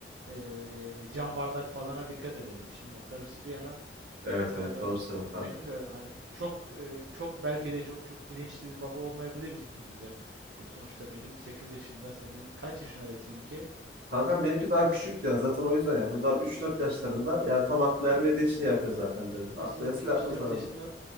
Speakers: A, on the right (about 80°); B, on the right (about 55°).
A: e, cam bardak falana dikkat edelim. İşin makarası bir yana
B: Evet
A: bu konuda
B: evet doğru söylüyorsun
A: e,
B: kanka.
A: benim de hani çok e, çok belki de çok çok bilinçli bir baba olmayabiliriz ikimiz de. E, sonuçta benim 8 yaşında, senin kaç yaşındaydı seninki?
B: Kankam benimki daha küçük ya. Zaten o yüzden yapıyor. Daha üç dört yaşlarında. Yani tam aklı ermediği için yapıyor zaten biraz.
A: E,
B: Aklı
A: seninki
B: erse
A: üç
B: yapmaz
A: dört
B: herhalde.
A: yaşında